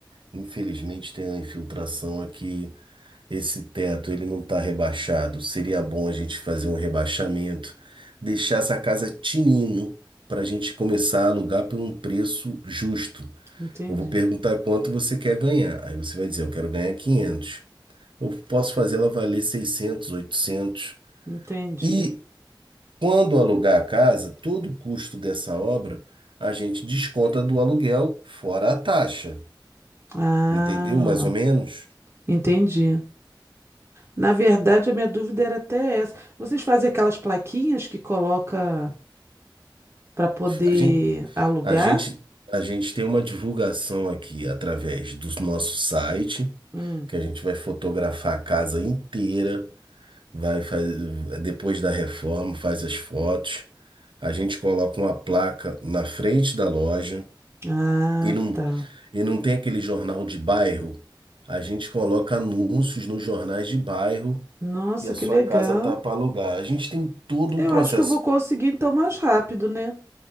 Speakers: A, on the right; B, on the right.
A: infelizmente tem uma infiltração aqui. Esse teto, ele não está rebaixado. Seria bom a gente fazer um rebaixamento, deixar essa casa tinino para a gente começar a alugar por um preço justo.
B: Entendi.
A: Eu vou perguntar quanto você quer ganhar. Aí você vai dizer, eu quero ganhar 500. Eu posso fazer ela valer 600, 800.
B: Entendi.
A: E quando alugar a casa, todo o custo dessa obra a gente desconta do aluguel fora a taxa.
B: Ah,
A: Entendeu? Mais ou menos.
B: entendi. Na verdade, a minha dúvida era até essa. Vocês fazem aquelas plaquinhas que coloca Para poder
A: A gente,
B: alugar?
A: a gente, a gente tem uma divulgação aqui através do nosso site,
B: Hum.
A: que a gente vai fotografar a casa inteira. Vai faz, depois da reforma, faz as fotos. A gente coloca uma placa na frente da loja
B: Ah,
A: e não,
B: tá.
A: e não tem aquele jornal de bairro. A gente coloca anúncios nos jornais de bairro
B: Nossa,
A: que a
B: que
A: sua
B: legal.
A: casa tá para alugar. A gente tem todo
B: Eu
A: um processo.
B: acho que eu vou conseguir então mais rápido, né?